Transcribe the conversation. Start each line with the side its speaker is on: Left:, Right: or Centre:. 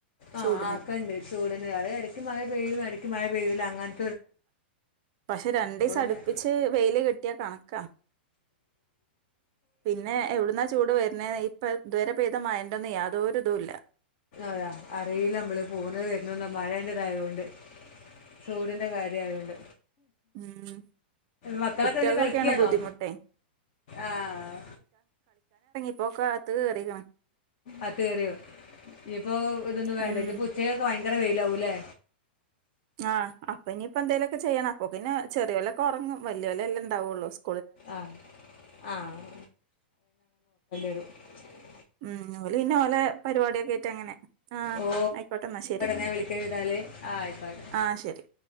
Left: ആഹ്
Right: ചൂടിന്
Left: ആക്കണ്ട് ചൂടന് ആ എടയ്ക്ക് മഴ പെയ്യും എടക്ക് മഴ പെയ്യ ല്ല അങ്ങനെ
Right: പഷെ രണ്ടിസം
Left: പിന്നെ
Right: അടുപ്പിച്ച് വെയിൽ കിട്ടിയാ കണക്കാ പിന്നെ എവിടുന്നാ ചൂട് വരുന്നേ ഇപ്പോ ഇതുവരെ പെയ്തെന്റെ യാതൊരു ഇതും ഇല്ല
Left: അതാ അറിയില്ല മ്മള് പൊന്നെതും വരുന്നേതും മഴെന്റെ ഇത് ആയോണ്ട് ചൂടിന്റെ കാര്യ ആയൊണ്ട്
Right: ഉം
Left: മക്കളൊക്കെ
Right: കുട്ടികൾക്കൊക്കെയാണ്
Left: ന്നിട്ട് കളിക്കാണോ
Right: ബുദ്ധിമുട്ടേ
Left: ആഹ്
Right: ഇപ്പോക്കെ അകത്തുകേറിക്കണ്
Left: അത്ത് കേറിയോ ഇനിപ്പോ ഇതൊന്നും വേണ്ട
Right: ഉം
Left: ഇനി ഉച്ചയൊക്കെ ഭയ ങ്കര വെയിലാവൂല്ലേ
Right: ആഹ് അപ്പ ഇനിപ്പോ എന്തേലൊക്കെ ചെയ്യണം അപ്പൊ പിന്നെ ചെറിയോലോക്കെ ഒറങ്ങും വല്യ യോലലെ ഉണ്ടാവോള്ളൂ സ്
Left: ആഹ് ആഹ് <unintelligible>
Right: ഉമ് ഓല് പിന്നെ ഓലെ പരിപാടിയൊക്കെയിട്ട് അങ്ങനെ ആഹ്
Left: ഓ
Right: ആയിക്കോട്ടെ എന്നാ ശരി
Left: ഞാൻ വിളിക്കാൻ കിട്ടാൽ. ആ ആയിക്കോട്ടെ
Right: ആഹ് ശരി